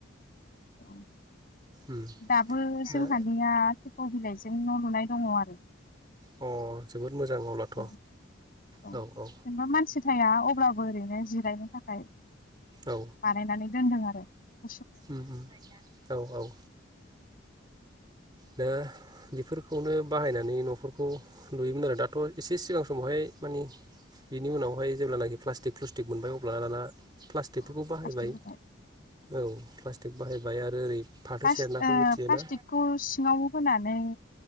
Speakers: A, on the left; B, on the right.
A: औ
B: उम
A: दाबो जोंहानिया
B: दा
A: थोखौ बिलाइजों न' लुनाय दङ आरो
B: अ जोबोद मोजां अब्लाथ'
A: औ औ
B: औ
A: जेनेबा मानसि थाया अब्ला बो ओरैनो जिरायनो थाखाय
B: औ
A: बानायनानै दोनदों आरो औ
B: उम उम औ औ दा बेफोरखौनो बाहायनानै न'फोरखौ लुयोमोन आरो दाथ' एसे सिगां समावहाय मानि बिनि उनावहाय जेब्लानाखि प्लास्टिक फ्लुस्टिक मोनबाय अब्लाना दाना प्लास्टिकफोरखौ
A: औ
B: बाहायबाय
A: प्लास्टिकखौहाय
B: औ प्लास्टिक बाहाय ओमफ्राय आरो ओरै फाथो
A: ओ प्लास्टिकखौ
B: सेरनाखौ मिथियोना
A: सिङाव होनानै